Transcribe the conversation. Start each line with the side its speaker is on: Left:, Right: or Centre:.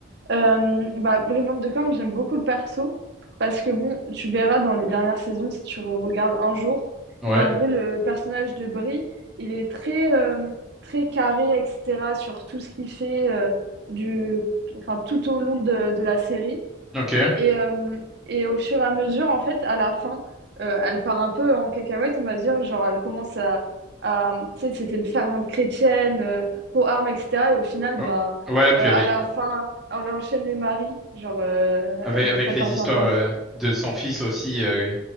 Right: Euh, bah, Brivante de Corne, j'aime beaucoup le perso parce que bon, tu verras dans les dernières saisons si tu re- regardes un jour,
Centre: ouais,
Right: mais en vrai, le personnage de Bri, il est très, euh, très carré, etc., sur tout ce qu'il fait euh, du, enfin, tout au long de, de la série.
Centre: ok.
Right: Et, euh, et au fur et à mesure, en fait, à la fin, euh, elle part un peu en cacahuète, on va dire. Genre, elle commence à. à- tu sais, c'était une fervente chrétienne, euh, pro-armes, etc. Et au final,
Centre: Oh,
Right: bah,
Centre: Ouais, puis
Right: euh,
Centre: il y
Right: à
Centre: avait
Right: la fin, elle enchaîne les maris. Genre, euh,
Centre: Avec,
Right: elle
Centre: avec
Right: pète
Centre: les
Right: un
Centre: histoires
Right: peu un câble.
Centre: euh, de son fils aussi, euh,